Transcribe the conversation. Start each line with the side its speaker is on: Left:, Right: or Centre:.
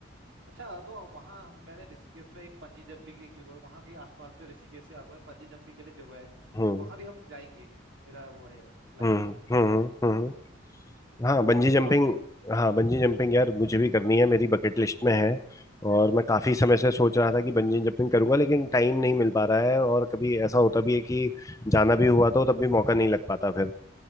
Right: अच्छा तो वहाँ हम मैंने ऋषिकेश में एक पंजी जंपिंग की एक जगह है वहाँ के आसपास पे ऋषिकेश के आसपास पंजी जंपिंग के लिए जगह है
Left: हम्म
Right: तो वहाँ भी हम जाएंगे मेरा वो है प्लान
Left: हम्म हम्म हम्म। हाँ बंजी
Right: अब तो
Left: जंपिंग
Right: आपने
Left: हाँ बंजी जंपिंग यार मुझे भी करनी है मेरी बकेट लिस्ट में है और मैं काफी समय से सोच रहा था कि बंजी जंपिंग करूंगा लेकिन टाइम नहीं मिल पा रहा है और कभी ऐसा होता भी है कि जाना भी हुआ तो तब भी मौका नहीं लग पाता फिर